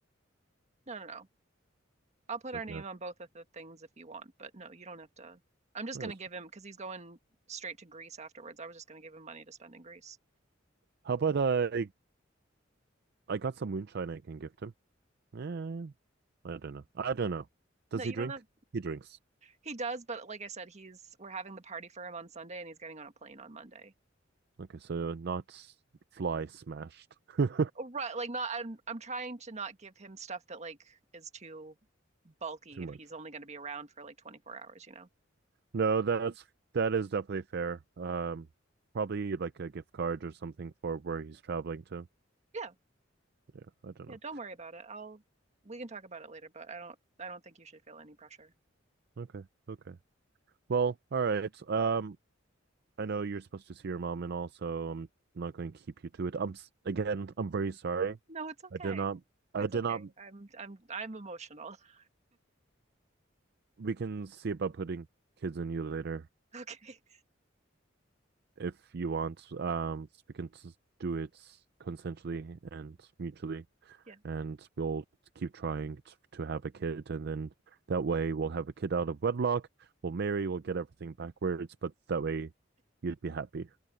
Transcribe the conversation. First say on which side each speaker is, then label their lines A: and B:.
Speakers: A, on the right (about 35°); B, on the right (about 55°).
A: No, no, no. I'll put
B: Like
A: our name
B: that.
A: on both of the things if you want, but no, you don't have to. I'm just
B: Yes.
A: gonna give him because he's going straight to Greece afterwards. I was just gonna give him money to spend in Greece.
B: How about uh, I I got some moonshine I can gift him. Yeah, I don't know. I don't know. Does
A: No, you
B: he drink?
A: don't have
B: He drinks.
A: He does, but like I said, he's we're having the party for him on Sunday and he's getting on a plane on Monday.
B: Okay, so not fly smashed <laughs> too
A: Oh, Right, like not I'm I'm trying to not give him stuff that like is too bulky
B: much.
A: if he's only going to be around for like 24 hours, you know.
B: No, that's that is definitely fair. Um, probably like a gift card or something for where he's traveling to.
A: Yeah.
B: Yeah, I don't
A: Yeah,
B: know.
A: don't worry about it. I'll we can talk about it later, but I don't I don't think you should feel any pressure.
B: Okay, okay. Well, all right. Um, I know you're supposed to see your mom, and also um, I'm not going to keep you to it. I'm s- again, I'm very sorry.
A: No, it's okay.
B: I did not. I
A: It's
B: did
A: okay.
B: not.
A: I'm I'm I'm emotional. <laughs>
B: We can see about putting kids in you later
A: Okay.
B: if you want. Um, we can s- do it consensually and mutually,
A: Yeah.
B: and we'll keep trying t- to have a kid, and then that way we'll have a kid out of wedlock. We'll marry. We'll get everything backwards, but that way you'd be happy,